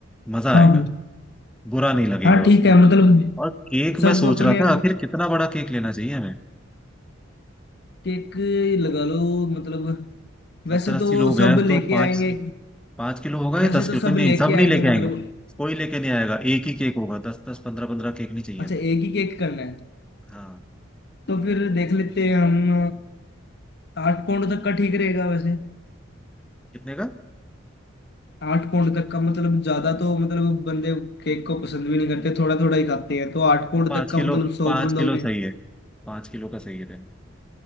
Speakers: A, in the centre; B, on the left.
A: म, मजा
B: हाँ
A: आएगा
B: हाँ
A: बुरा नहीं लगेगा
B: हाँ ठीक
A: उसको
B: है मतलब
A: और केक
B: सब
A: मैं सोच
B: अपने
A: रहा था आखिर कितना बड़ा केक लेना चाहिए हमें
B: केक लगा लो मतलब
A: सत्तर
B: वैसे
A: अस्सी
B: तो
A: लोग
B: सब
A: हैं
B: लेके
A: तो पाँच
B: आएंगे
A: पाँच किलो होगा या
B: वैसे
A: दस
B: तो
A: किलो
B: सब
A: का नहीं
B: लेके
A: सब
B: आएंगे
A: नहीं लेके आएंगे
B: मतलब
A: कोई लेके नहीं आएगा एक ही केक होगा दस दस पंद्रह पंद्रह केक नहीं चाहिए
B: अच्छा
A: हमें
B: एक ही केक करना है
A: हाँ
B: तो फिर देख लेते हैं हम आठ पाउंड तक का ठीक रहेगा वैसे
A: कितने का
B: आठ पाउंड तक का मतलब ज्यादा तो मतलब बंदे केक को पसंद भी नहीं करते थोड़ा थोड़ा ही खाते हैं तो आठ पाउंड
A: तो पाँच
B: तक का
A: किलो
B: मतलब सौ
A: पाँच
B: बंदों
A: किलो
B: में
A: सही है पाँच किलो का सही है है